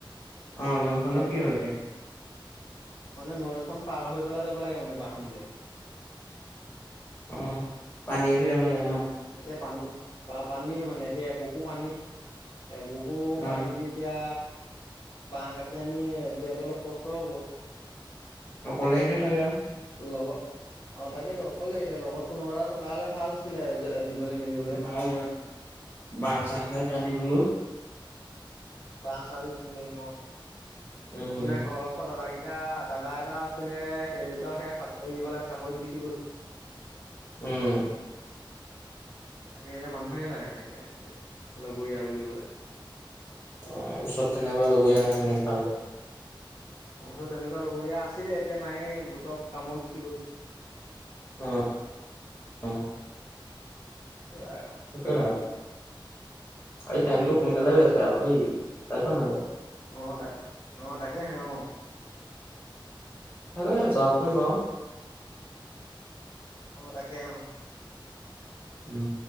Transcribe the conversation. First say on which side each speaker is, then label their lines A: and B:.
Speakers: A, on the left; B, on the left.
A: অ' নৈখনো
B: নৈখন
A: কি হ'ল এতিয়া।
B: মানে নৈখন পাৰ হৈ পেলাই যাব লাগে মানে বাহনিলে।
A: অ পানীয়েদি যাব লাগে ন
B: এয়া পানী- পানী মানে এতিয়া এবুকু পানী। এবুকো
A: অ
B: পানী দি এতিয়া বাঁহ কাটি আনি দিয়াটো অলপ কষ্ট হ'ব।
A: অকলেহে ছাগে আও।
B: লগত অ' তাকেতো অকলে এতিয়া লগত কোনোবা এটা থকা হ'লে ভাল আছিলে। দিবলৈ মেলিবলৈ
A: ভাল, <unintelligible> চাহ টানি গলো।
B: বাঁহ চাহ <unintelligible> অ
A: উম,
B: মানে ঘৰৰ ওচৰত দাদা কেইট এতিয়া দাদা এটা আছিলে, সেই দুটাও সেয়া চাকৰি পালে চাকৰিত গুচি গ'ল।
A: উম।
B: তাকে এতিয়া মানুহে নাই এতিয়া লগৰীয়া বুলিবলে।
A: অ' ওচৰত তেনেকুৱা লগৰীয়া নাই মানে ভাল।
B: ওচৰত তেনেকুৱা লগৰীয়া আছিলে এতিয়া নাইয়ে চব কামত গুচি গ'ল।
A: অ'। অ',
B: <unintelligible>
A: তাকে আজি টাইমটো সোনকালে গৈছে আকৌ দেই চাইছ ন আকৌ।
B: অ' তাক অ' তাকেহে অ'।
A: <unintelligible> যাওকচোন বাও।
B: অ' তাকে অ'।
A: উম,